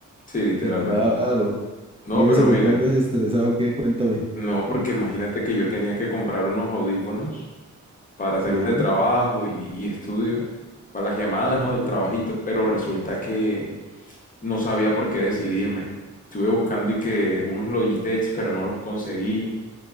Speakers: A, on the left; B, on the right.
A: Sí, literalmente.
B: Y claro,
A: No,
B: y eso,
A: pero
B: ¿por
A: mira,
B: qué andas estresado? ¿Qué? Cuéntame.
A: no, porque imagínate que yo tenía que comprar unos audífonos para
B: Sí,
A: temas de trabajo y, y estudio, para las llamadas,
B: sí.
A: ¿no? Del trabajito, pero resulta que no sabía por qué decidirme. Estuve buscando y que unos Logitech, pero no los conseguí,